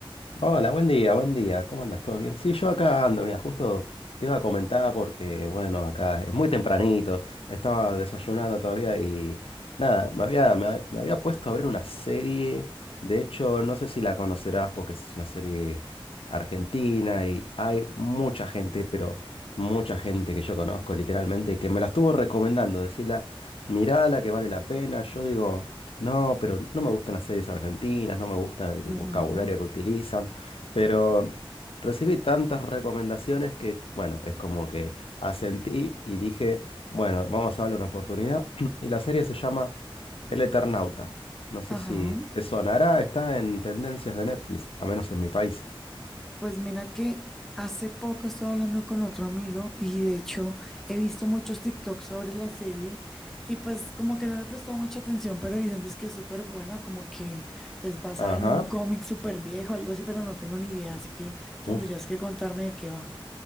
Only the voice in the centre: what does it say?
Ujú,
Ajá.
Pues mira que hace poco estaba hablando con otro amigo y de hecho he visto muchos TikToks sobre la serie y pues como que no le he prestado mucha atención, pero dicen es que es súper buena, como que es basada
en un cómic súper viejo, algo así, pero no tengo ni idea, así que tendrías
que contarme de qué va.